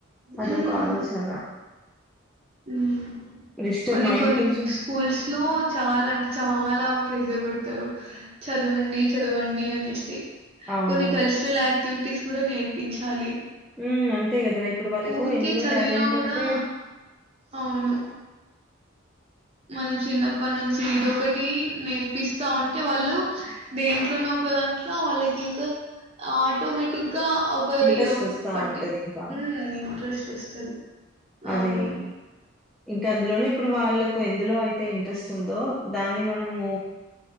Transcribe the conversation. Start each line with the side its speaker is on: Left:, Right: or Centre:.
Right: హ్మ్.
Centre: అది ఒక ఆలోచన
Right: హ్మ్
Centre: డిస్టర్బ్
Right: కొన్ని
Centre: మైండ్
Right: కొన్ని
Centre: కొంచెం
Right: స్కూల్స్ లో చాలా అంటే చాలా ప్రెజర్ పెడతారు చదవండి చదవండి అనేసి
Centre: అవును.
Right: కొన్ని కల్చరల్ యా క్ట్విటీస్ కూడా నేర్పించాలి.
Centre: హ్మ్ అంతే గదార ఇప్పుడు వాళ్ళకు
Right: ఊరికే
Centre: ఎందులో
Right: చదివినా
Centre: టాలెంట్
Right: గూడా
Centre: ఉంటే
Right: అవును మనం చిన్నప్పనుంచి ఎదొ ఒకటి నేర్పిస్ స్తా ఉంటే వాళ్ళు దేంట్లోనో ఒక దాంట్ల వాళ్ళకి ఇంకా ఆటోమేటిక్గా ఒక
Centre: ఇంట్రెస్ట్
Right: ఇగ
Centre: వస్తా
Right: పట్టి
Centre: ఉంటదింకా
Right: హ్మ్ ఇంట్రెస్ట్ వస్తది.
Centre: అదేయి
Right: అవును
Centre: ఇంకా అందులోనే ఇప్పుడు వాళ్ళ కు ఎందులో అయితే ఇంట్రెస్ట్ ఉందో దాన్ని మనము